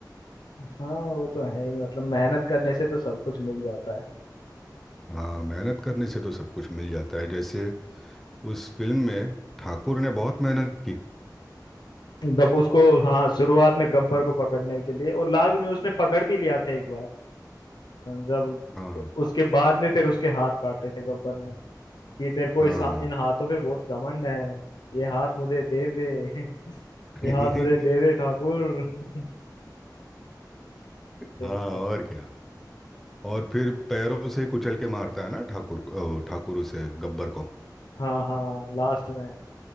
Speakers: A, on the left; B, in the centre.
A: हाँ वो तो है ही मतलब मेहनत करने से तो सब कुछ मिल जाता है
B: हाँ मेहनत करने से तो सब कुछ मिल जाता है जैसे उस फिल्म में ठाकुर ने बहुत मेहनत की
A: गब उसको हाँ शुरुआत में गब्बर को पकड़ने के लिए और लास्ट में उसने पकड़ भी लिया था एक बार अ, जब
B: हाँ
A: उसके बाद में फिर उसके हाथ काटे थे गब्बर ने कि तेरे को
B: हाँ
A: इस इन हाथों पे बहुत घमंड है ये हाथ मुझे दे दे <laughs>
B: <laughs>
A: ये हाथ मुझे दे दे ठाकुर <laughs> फिर
B: हाँ
A: उसके बाद
B: और क्या और फिर पैरों से कुचल के मारता है ना ठाकुर को अ, ठाकुर उसे गब्बर को
A: हाँ हाँ लास्ट में